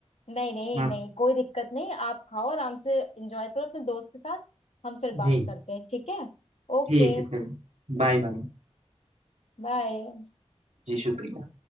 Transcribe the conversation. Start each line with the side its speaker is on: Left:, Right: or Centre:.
Left: नहीं नहीं
Right: माफ
Left: नहीं कोई दिक्कत नहीं आप खाओ आराम से एंजॉय करो अपने दोस्त के साथ हम फिर
Right: जी
Left: बात करते हैं ठीक है ओके
Right: ठीक है फिर Bye bye
Left: बाय
Right: जी शुक्रिया